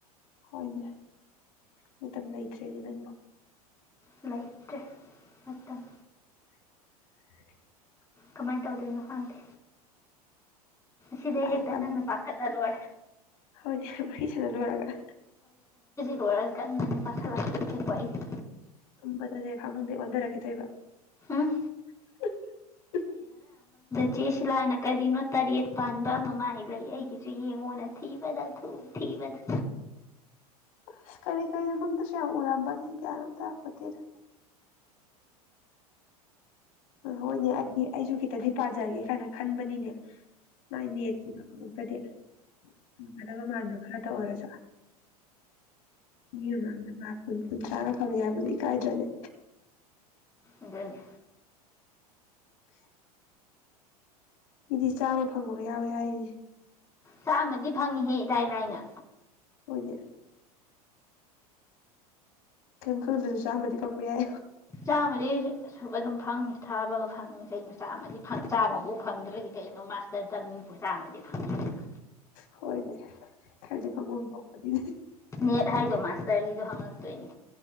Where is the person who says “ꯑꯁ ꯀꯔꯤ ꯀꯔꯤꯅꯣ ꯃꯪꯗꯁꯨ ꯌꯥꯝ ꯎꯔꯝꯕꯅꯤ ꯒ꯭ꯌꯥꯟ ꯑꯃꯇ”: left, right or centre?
Left